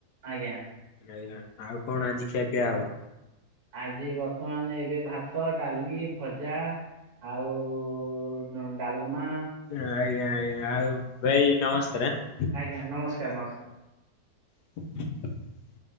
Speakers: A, on the right; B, on the left.
A: ଆଜ୍ଞା।
B: ଆଁୟା ଆଉ କଣ ଆଜି ଖିଆ ପିଆ ହବ।
A: ଆଜି ବର୍ତ୍ତମାନ ଏବେ ଭାତ ଡାଲି ଭଜା ଆଉ ନନେ ଡାଲ୍ମା
B: ଆଇଁଆ ଆଇଁଆ ଆଉ ଭାଇ ନମସ୍କାରେ ଆଁ
A: ଆଜ୍ଞା ନମସ୍କାର ନମସ୍କାର।
B: <inaudible>